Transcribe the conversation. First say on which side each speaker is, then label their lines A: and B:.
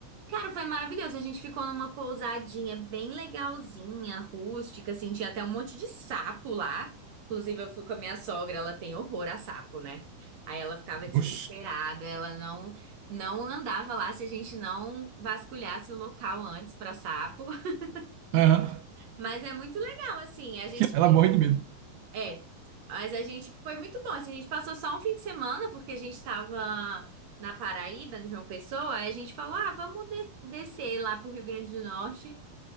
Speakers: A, on the right (about 60°); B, on the right (about 85°).
A: Cara, foi maravilhoso. A gente ficou numa pousadinha bem legalzinha, rústica, assim, tinha até um monte de sapo lá. Inclusive, eu fui com a minha sogra, ela tem horror a sapo, né? Aí ela ficava desesperada,
B: Oxi.
A: ela não não andava lá se a gente não vasculhasse o local antes pra sapo. <laughs>
B: Aham.
A: Mas é muito legal, assim, a gente
B: Ela morre de medo.
A: é, mas a gente foi muito bom, assim, a gente passou só um fim de semana porque a gente tava na Paraíba, em João Pessoa, aí a gente falou: ah, vamos des- descer lá pro Rio Grande do Norte